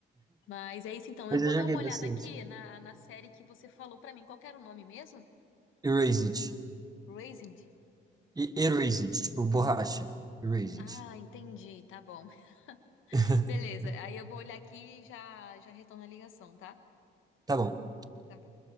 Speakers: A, on the left; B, on the right.
A: Mas é isso então.
B: Mas
A: Eu vou
B: eu joguei
A: dar uma olhada
B: bastante.
A: aqui na, na série que você falou pra mim. Qual que era o nome mesmo?
B: Erased.
A: Raising.
B: E Erased, tipo borracha. Erased.
A: Ah, entendi. Tá bom. <laughs>
B: <laughs>
A: Beleza. Aí eu vou olhar aqui e já, já retorno a ligação, tá?
B: Tá bom.
A: Tá bom.